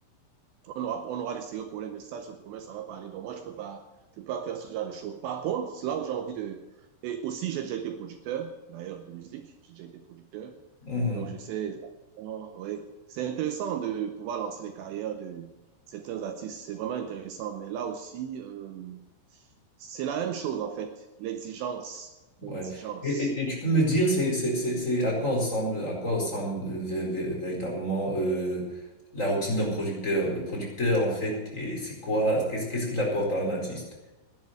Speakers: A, on the right; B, on the left.
A: On aura, on aura de sérieux problèmes, et ça, je te promets, ça va parler. Donc, moi, je peux pas, je peux pas faire ce genre de choses. Par contre, c'est là où j'ai envie de, et aussi, j'ai déjà été producteur, d'ailleurs, de musique, j'ai déjà été producteur.
B: Mhm.
A: Donc, je sais exactement, oui. C'est intéressant de pouvoir lancer les carrières de certains artistes. C'est vraiment intéressant. Mais là aussi, euh, c'est la même chose, en fait. L'exigence.
B: Ouais.
A: L'exigence.
B: Et, et, et tu peux me dire, c'est, c'est, c'est, c'est à quoi ressemble, à quoi ressemble euh, vé- vé- véritablement euh, la routine d'un producteur? Le producteur, en fait, et c'est quoi, qu'est-ce, qu'est-ce qu'il apporte à un artiste?